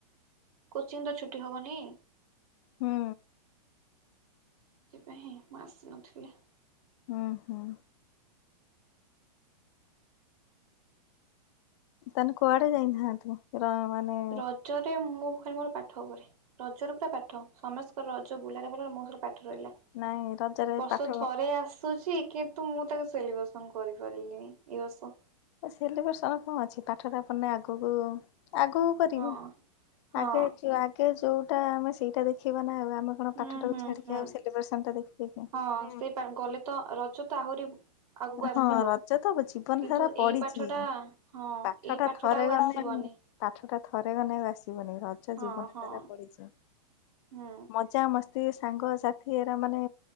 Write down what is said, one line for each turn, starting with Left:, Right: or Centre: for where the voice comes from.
Right: କୋଚିଂ ତ ଛୁଟି ହବନି।
Left: ହୁଁ।
Right: ସେଥିପାଇଁ ହିଁ ମୁଁ ଆସିନଥିଲି।
Left: ହୁଁ ହୁଁ। ତାହେନେ କୁଆଡେ ଯାଇନାହାନ୍ତି ମାନେ
Right: ରଜରେ ମୁଁ ଖାଲି ମୋର ପାଠ ଉପରେ। ରଜରେ ପୁରା ପାଠ ସମସ୍ତଙ୍କର ରଜ ବୁଲାରେ ଭଲ ମୋ ପାଠ ରହିଲା।
Left: ନାଇଁ ରଜରେ
Right: ବର୍ଷ
Left: ପାଠ
Right: ଥରେ ଆସୁଛି କିନ୍ତୁ ମୁଁ ତାକୁ ସେଲିବ୍ରେସନ କରିପାରିଲିଣିି ଏଇ ବର୍ଷ।
Left: ସେଲିବ୍ରେସନ କଣ ଅଛି ପାଠଟା ପଢେ ଆଗକୁ ଆଗକୁ
Right: ହଁ ହଁ
Left: ଆଗ ଆଗେ ଯୋଉଟା ଆମେ ସେଇଟା ଦେଖିବା ନା ଆଉ ଆମ ଆପଣ
Right: ହୁଁ
Left: ପାଠଟାକୁ
Right: ହୁଁ
Left: ଛାଡିକି
Right: ହୁଁ
Left: ଆଉ ସେଲି ବ୍ରେସନ ଟାକୁ ଦେଖିବେ କି?
Right: ହଁ ସେ ଗଲେ ତ ରଜ ତ ଆହୁରି ଆଗକୁ ଆସିବ।
Left: ହଁ ରଜ ତ ଜୀବନ
Right: କିନ୍ତୁ
Left: ସାରା ପଡିିଚି
Right: ଏଇ ପାଠଟା ହଁ
Left: ପାଠ
Right: ଏଇ
Left: ଟା
Right: ପାଠଟା
Left: ଥରେ
Right: ଆଉ
Left: ଗଲେ
Right: ଆସିବନି।
Left: ପାଠ ଟା ଥରେ ଗଲେ ଆଉ ଆସିବନି ରଜ
Right: ହଁ
Left: ଜୀବନ
Right: ହଁ
Left: ସାରା ପଡିଚି ମ
Right: ହୁଁ
Left: ମଜାମସ୍ତି ସାଙ୍ଗସଥିୀ ଏରା ମାନେ